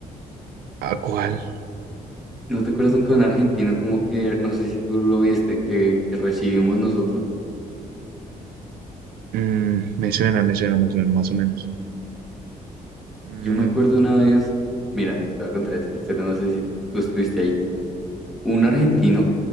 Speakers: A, on the right; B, in the centre.
A: ¿A cuál?
B: ¿No te acuerdas nunca de un argentino como que, no sé si tú lo viste, que, que recibimos nosotros?
A: Mm, me suena, me suena, me suena, más o menos. Mm,
B: Yo me acuerdo una vez, mira, te voy a contar esta historia, no sé si tú estuviste ahí. Un argentino,